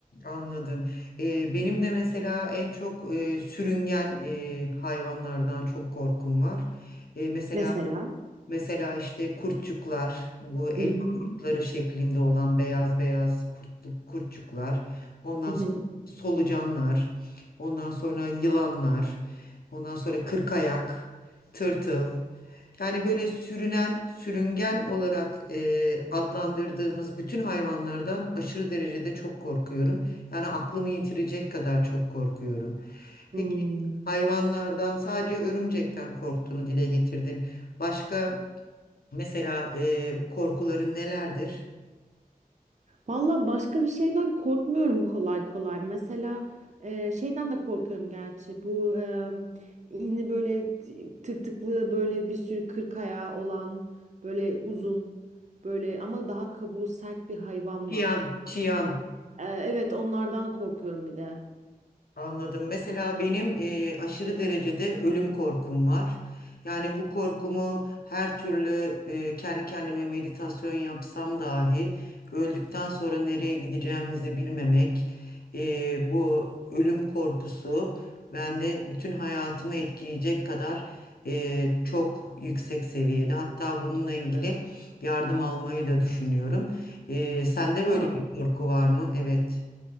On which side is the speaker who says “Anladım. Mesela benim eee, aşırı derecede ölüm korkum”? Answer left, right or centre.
Left